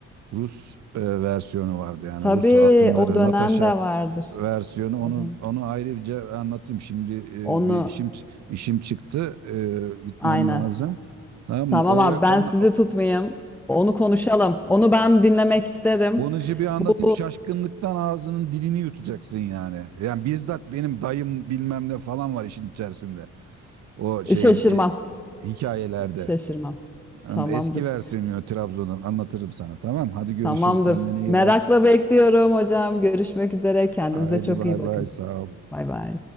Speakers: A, on the right; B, in the centre.
A: Rus e, versiyonu vardı. Yani
B: Tabii
A: Rus hatunları
B: o dönem
A: Natasha
B: de vardır.
A: versiyonu
B: O
A: onu
B: dönem.
A: onu ayrıca anlatayım. Şimdi e,
B: Onu
A: bir işim ç- işim çıktı. E, gitmem
B: aynen.
A: lazım. Tamam
B: Tamam
A: mı? Oraya
B: abi ben
A: ona,
B: sizi tutmayayım. Onu konuşalım. Onu ben dinlemek isterim.
A: onun için bir anlatayım.
B: Bu
A: Şaşkınlıktan ağzının dilini yutacaksın yani. Yani bizzat benim dayım bilmem ne falan var işin içerisinde. O şeyin
B: şaşırmam.
A: e, hikayelerde.
B: Ş- Şaşırmam.
A: Am-
B: Tamamdır.
A: Eski versiyonu Trabzon'un anlatırım sana tamam. Hadi görüşürüz
B: Tamamdır.
A: kendine iyi
B: Merakla
A: bak.
B: bekliyorum hocam. Görüşmek üzere. Kendinize
A: Haydi
B: çok
A: bay
B: iyi bakın.
A: bay sağ ol.
B: Bay bay.